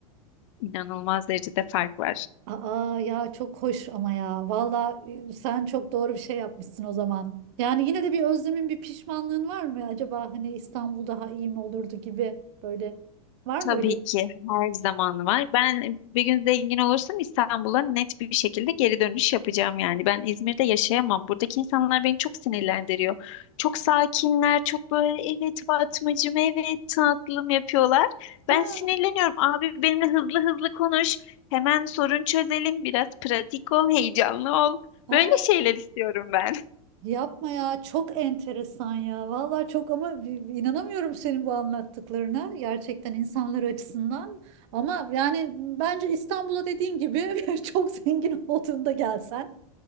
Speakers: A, on the left; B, on the right.
A: İnanılmaz derecede fark var.
B: Aa ya çok hoş ama ya. Valla e, sen çok doğru bir şey yapmışsın o zaman. Yani yine de bir özlemin, bir pişmanlığın var mı acaba hani İstanbul daha iyi mi olurdu gibi böyle. Var mı
A: Tabii
B: öyle?
A: ki her zaman var. Ben bir gün zengin olursam İstanbul'a net bir şekilde geri dönüş yapacağım yani. Ben İzmir'de yaşayamam. Buradaki insanlar beni çok sinirlendiriyor. Çok sakinler, çok böyle evet Fatmacığım, evet tatlım yapıyorlar. Ben
B: Ha,
A: sinirleniyorum. Abi benimle hızlı hızlı konuş. Hemen sorun çözelim. Biraz pratik ol, heyecanlı ol.
B: aa,
A: Böyle şeyler istiyorum ben.
B: yapma ya çok enteresan ya. Valla çok ama bir- bir inanamıyorum senin bu anlattıklarına. Gerçekten insanlar açısından. Ama yani bence İstanbul'a dediğin gibi <laughs> çok zengin olduğunda gelsen.